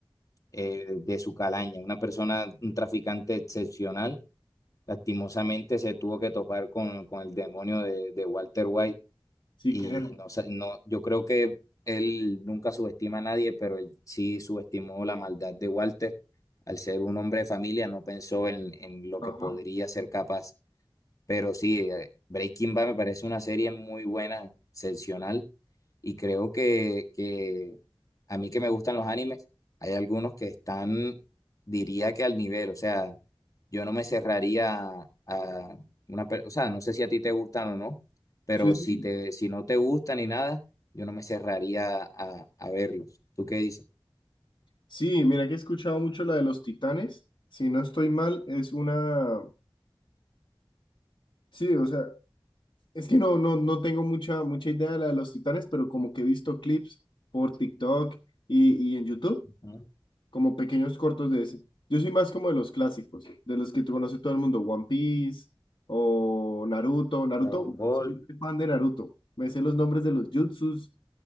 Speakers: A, on the left; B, on the left.
A: eh, de su calaña. Una persona, un traficante excepcional, lastimosamente se tuvo que topar con, con el demonio de, de Walter White
B: Sí,
A: y
B: creo.
A: no, sa- no, yo creo que él nunca subestima a nadie, pero él sí subestimó la maldad de Walter. Al ser un hombre de familia, no pensó en, en lo
B: Ajá.
A: que podría ser capaz. Pero sí, eh, Breaking Bad me parece una serie muy buena, excepcional y creo que, que a mí que me gustan los animes, hay algunos que están, diría que al nivel, o sea, yo no me cerraría a, a una, pe- o sea, no sé si a ti te gustan o no, pero
B: Sí, sí.
A: si te, si no te gustan ni nada, yo no me cerraría a, a verlos. ¿Tú qué dices?
B: Sí, mira que he escuchado mucho la de los titanes. Si no estoy mal, es una... Sí, o sea, Es que no, no, no tengo mucha, mucha idea de la de los titanes, pero como que he visto clips por TikTok y, y en YouTube,
A: Ujú.
B: como pequeños cortos de ese. Yo soy más como de los clásicos, de los que tú conoce todo el mundo, One Piece o Naruto. Naruto,
A: Dragon Ball.
B: soy muy fan de Naruto. Me sé los nombres de los jutsus,